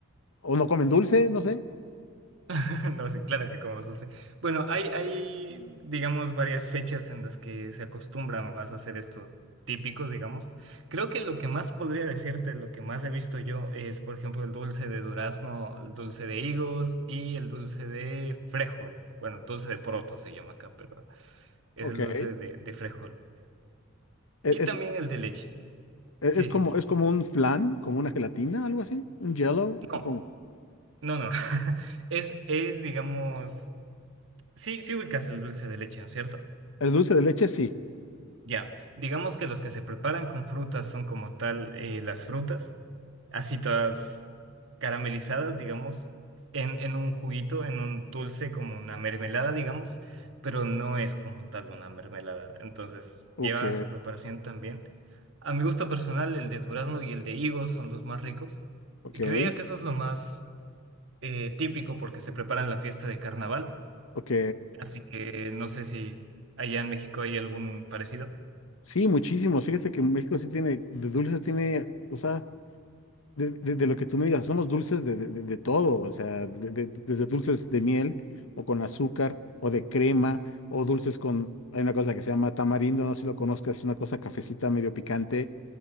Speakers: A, on the left; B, on the right.
A: ¿O no comen dulce? No sé.
B: <laughs> No, sí, claro que como dulce. Bueno, hay, hay, digamos, varias fechas en las que se acostumbra más a hacer estos típicos, digamos. Creo que lo que más podría decirte, lo que más he visto yo, es, por ejemplo, el dulce de durazno, el dulce de higos y el dulce de frijol. Bueno, dulce de poroto se llama acá, pero es
A: Ok.
B: el dulce
A: E-
B: de, de frijol.
A: Es,
B: Y también el de leche.
A: e-
B: Sí,
A: es como,
B: sí, sí.
A: es como un flan, como una gelatina, algo así, un jello o
B: No,
A: como.
B: no, no. <laughs> Es, es, digamos, sí, sí ubicas el dulce de leche, ¿no es cierto?
A: El dulce de leche, sí.
B: Ya, digamos que los que se preparan con frutas son como tal eh, las frutas, así todas caramelizadas, digamos, en, en un juguito, en un dulce, como una mermelada, digamos, pero no es como tal una mermelada. Entonces,
A: Ok,
B: lleva su preparación también. A mi gusto personal, el de durazno y el de higo son los más ricos.
A: ok,
B: Y creía que eso es lo más eh, típico porque se prepara en la fiesta de carnaval.
A: ok.
B: Así que no sé si allá en México hay algún parecido.
A: Sí, muchísimos. Fíjate que México sí tiene, de dulces tiene, o sea, de, de- de lo que tú me digas, somos dulces de, de- de- de todo, o sea, de- de- desde dulces de miel o con azúcar o de crema o dulces con, hay una cosa que se llama tamarindo, no sé si lo conozcas, es una cosa cafecita medio picante